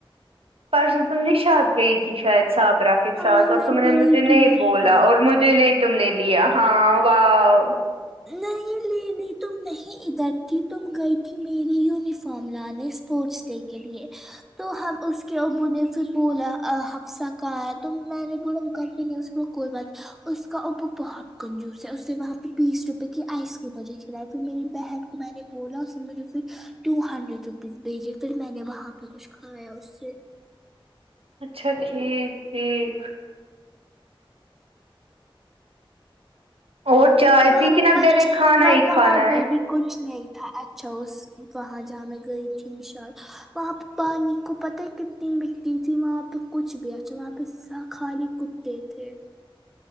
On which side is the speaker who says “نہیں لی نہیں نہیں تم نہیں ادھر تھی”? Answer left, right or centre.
Centre